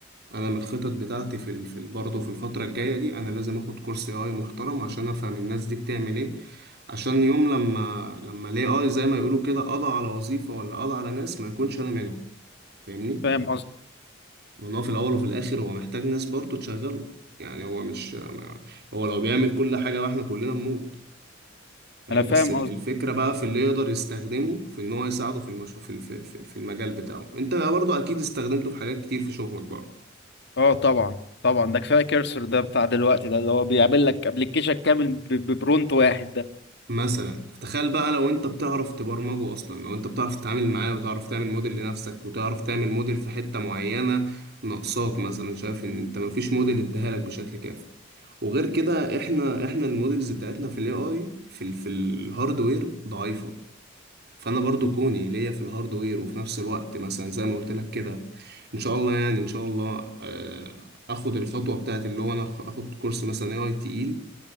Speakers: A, on the right (about 55°); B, on the left (about 60°).
A: انا من الخطط بتاعتي في ال... في ال- برضه في الفتره الجايه دي انا لازم اخد كورس اي اي محترم عشان افهم الناس دي بتعمل ايه عشان يوم لما لما الاي اي زي ما يقولوا كده قضى على وظيفه ولا قضى على ناس ما يكونش انا منهم فاهمني
B: فاهم قصدي
A: لان هو في الاول وفي الاخر هو محتاج ناس برضه تشغله يعني هو مش ما- هو لو بيعمل كل حاجه واحنا كلنا نموت فاهم
B: انا فاهم
A: بس ال-
B: قصدي
A: الفكرة بقى في اللي يقدر يستخدمه في ان هو يساعده في المش... في الف... في في المجال بتاعه انت برضو اكيد استخدمته في حاجات كتير في شغلك برضو
B: اه طبعا طبعا ده كفايه كيرسر ده بتاع دلوقتي ده اللي هو بيعمل لك ابلكيشن كامل ب- ببرونت واحد ده
A: مثلا تخيل بقى لو انت بتعرف تبرمجه اصلا لو انت بتعرف تتعامل معاه وتعرف تعمل موديل لنفسك وتعرف تعمل موديل في حتة معينة ناقصاك مثلا شايف ان انت مفيش موديل اداها لك بشكل كافي وغير كده احنا احنا الموديلز بتاعتنا في الاي اي في ال... في الهاردوير ضعيفة فانا برضو
B: مم.
A: كوني ليا في الهاردوير وفي نفس الوقت مثلا زي ما قلت لك كده ان شاء الله يعني ان شاء الله آه، اخد الخطوه بتاعت اللي هو انا أخ- اخد كورس مثلا اي اي تقيل